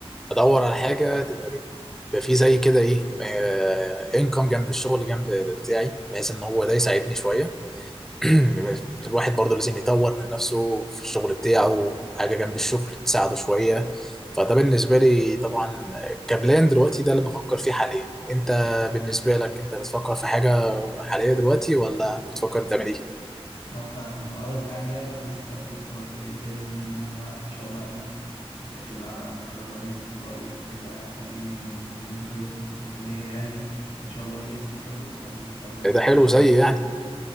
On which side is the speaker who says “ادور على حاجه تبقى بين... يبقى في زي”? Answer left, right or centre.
Centre